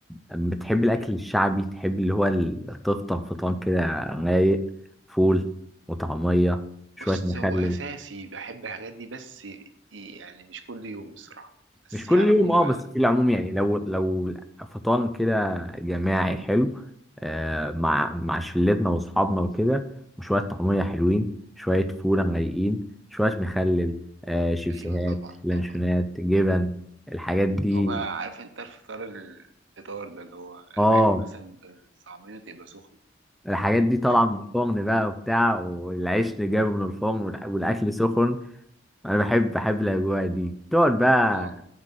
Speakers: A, in the centre; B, on the right.
A: بتحب الاكل
B: مم.
A: الشعبي تحب اللي هو ال- تفطر فطار كده رايق فول وطعمية شوية
B: بص
A: مخلل
B: هو اساسي بحب الحاجات دي بس يعني مش كل يوم الصراحه بس
A: مش كل
B: على
A: يوم
B: العموم
A: اه
B: بقى
A: بس في العموم
B: اه
A: يعني لو لو فطار كده جماعي حلو آه مع مع شلتنا واصحابنا وكده وشوية طعمية حلوين شوية فول رايقين شوية مخلل آه شيبسيهات
B: ايوه طبعا
A: لانشونات
B: طبعا
A: جبن الحاجات دي
B: هو بقى عارف انت الفطار الفطار ده اللي هو انا
A: اه
B: بحب مثلا الطعميه تبقى سخنه
A: الحاجات دي طالعة
B: طبعا
A: من الفرن بقى وبتاع والعيش اللي جايبه من الفرن والأ- والأكل سخن أنا بحب بحب الأجواء دي تقعد بقى
B: اه